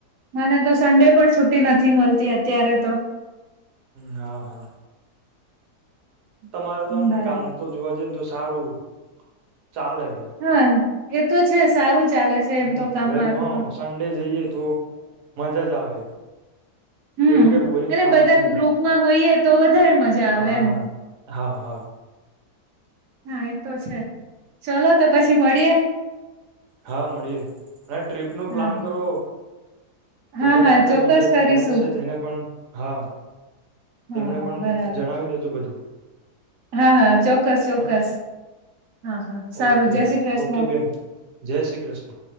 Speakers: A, on the right; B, on the right.
A: મને તો સન્ડે પણ છુ્ટી નથી મળતી અત્યારે તો
B: હા હા તમારે તો આમ
A: બરાબર
B: કામ તો જોવા જઈએ ને તો સારું ચાલ એ હ
A: હા એ તો છે સારું છે, ચાલે
B: હમ્મ
A: એમ તો કામ
B: ર
A: મારું
B: હ
A: પણ
B: સન્ડે જઈએ તો મજા જ આવે,
A: હમ્મ
B: એવું કઈ બોરિંગ
A: અને
B: કામ
A: બધા
B: છે નહી
A: ગ્રુપમાં હોઈએ તો વધારે મજા આવે
B: હા
A: એમ.
B: હા હા હા
A: હા એ તો છે, ચલો તો પછી મળીએે.
B: હા મળીએે અને ટ્રીપ નું
A: હા
B: પ્લાન કરો, બધાને
A: હા હા
B: આપણે
A: ચોક્કસ
B: બીજા જે
A: કરીશું
B: ફ્રેન્ડ છે તેને પણ હા
A: હા
B: તેમને
A: હા
B: પણ
A: બરાબર
B: જણાવી દેજો બધું.
A: હા હા ચોક્કસ ચોક્કસ
B: હા
A: હા હા સારું
B: ઓકે
A: જય શ્રી કૃષ્ણ.
B: ઓકે બેન જય શ્રી કૃષ્ણ.